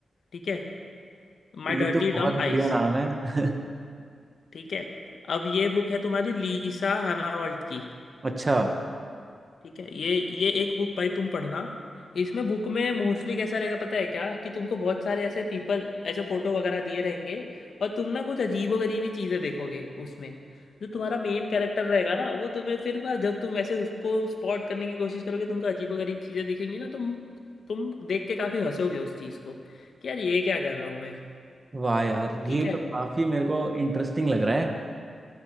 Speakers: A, on the left; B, on the right.
A: ठीक है माई
B: ये
A: डर्टी
B: तो बहुत
A: डम
B: बढ़िया
A: आईज
B: नाम है <laughs>
A: ठीक है अब ये बुक है तुम्हारी लीसा हनावल्ट की
B: अच्छा
A: ठीक है ये ये एक बुक भाई तुम पढ़ना इसमें बुक में मोस्टली कैसा रहेगा पता है क्या कि तुमको बहुत सारे ऐसे पीपल ऐसे फोटो वगैरह दिए रहेंगे और तुम ना कुछ अजीबो गरीबी चीजें देखोगे उसमें जो तुम्हारा मेन कैरेक्टर रहेगा ना वो तुम्हें फिर ना जब तुम ऐसे उसको स्पॉट करने की कोशिश करोगे तुमको अजीबो गरीब चीजें दिखेंगी ना तुम तुम देख के काफी हंसोगे उस चीज को कि यार ये क्या कर रहा हूँ मैं
B: वाह यार
A: ठीक
B: ये
A: है
B: तो काफी मेरे को इंटरेस्टिंग लग रहा है